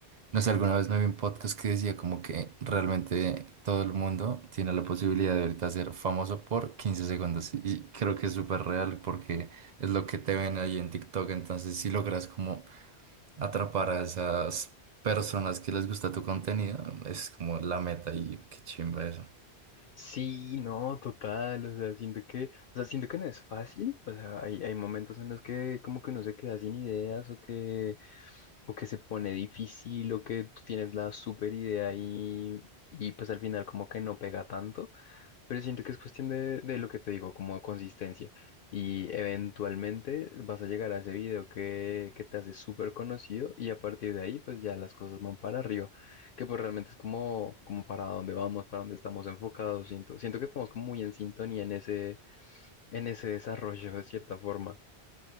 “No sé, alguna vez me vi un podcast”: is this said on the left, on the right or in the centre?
Right